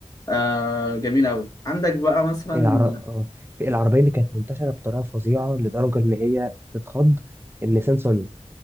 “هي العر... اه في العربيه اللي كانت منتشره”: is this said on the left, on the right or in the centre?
Right